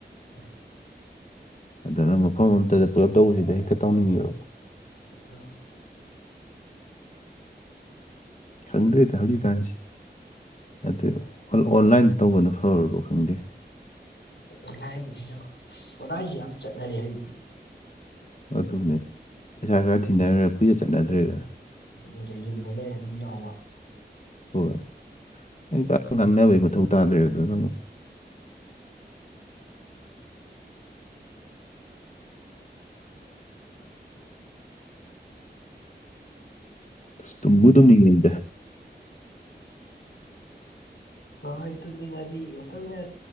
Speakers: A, on the left; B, on the left.
A: ꯍꯣꯏ
B: ꯑꯗꯨꯅ ꯃꯐꯝ ꯑꯃꯝꯇꯗ ꯄꯨꯂꯞ ꯇꯧꯕꯁꯤꯗ ꯍꯦꯛꯇ ꯇꯧꯅꯤꯡꯉꯦꯕ
A: <unintelligible>
B: ꯈꯪꯗ꯭ꯔꯦꯗ ꯍꯧꯖꯤꯛꯀꯥꯟꯁꯤ ꯑꯗꯨ ꯑꯣ ꯑꯣꯟꯂꯥꯏꯟ ꯇꯧꯕꯅ ꯐꯔꯕꯣ ꯈꯪꯗꯦ
A: ꯑꯣꯂꯥꯏꯟꯗ <inaudible> ꯑꯣꯂꯥꯏꯟꯁꯤ ꯌꯥꯝ ꯆꯠꯅꯔꯦ ꯍꯧꯖꯤꯛꯇꯤ
B: ꯑꯗꯨꯅꯦ ꯄꯩꯁꯥ ꯈꯔ ꯊꯤꯅꯈ꯭ꯔ ꯀꯨꯏꯆꯠ ꯆꯠꯅꯗ꯭ꯔꯦꯗꯅ
A: <unintelligible> ꯅꯠꯇ꯭ꯔ ꯌꯨꯝꯗ ꯂꯩꯔ ꯑꯗꯨꯝ ꯌꯥꯎꯕ
B: ꯍꯣꯏ <inaudible> ꯉꯥꯡꯅꯕꯩ ꯃꯊꯧ ꯇꯥꯗ꯭ꯔꯦꯕ ꯗꯨꯅ ꯃꯨ <unintelligible> ꯇꯨꯝꯕꯨ ꯇꯨꯝꯅꯤꯡꯉꯛꯏꯗ <inaudible> <inaudible>
A: ꯍꯣꯏ ꯍꯣꯏ ꯇꯨꯅꯤꯡꯉꯥꯏꯗꯤ ꯉꯇꯪꯅꯦ